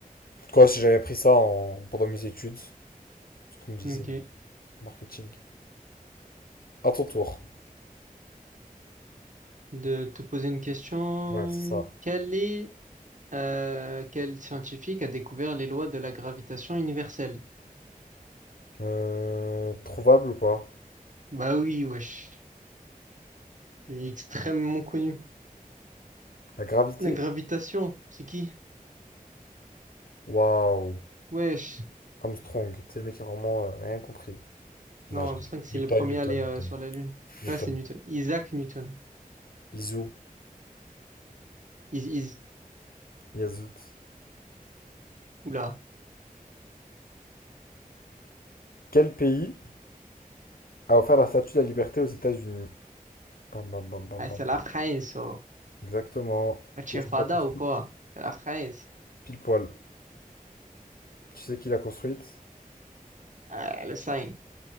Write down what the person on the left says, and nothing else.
quoi, si j'avais appris ça en- pendant mes études, ce qu'on me disait
en marketing. À ton tour.
Ouais, c'est ça.
Euh, trouvable ou pas?
La gravité?
Waouh.
Armstrong, c'est le mec qui a vraiment euh, rien compris.
Non.
Newton,
Newton,
Newton.
Newton.
Izu.
Yazout.
Quel pays a offert la Statue de la Liberté aux États-Unis. Bam, bam, bam, bam,
bam.
bam.
Exactement.
Qu'est-ce
qu'il a construit?
Pile poil. Tu sais qui l'a construite?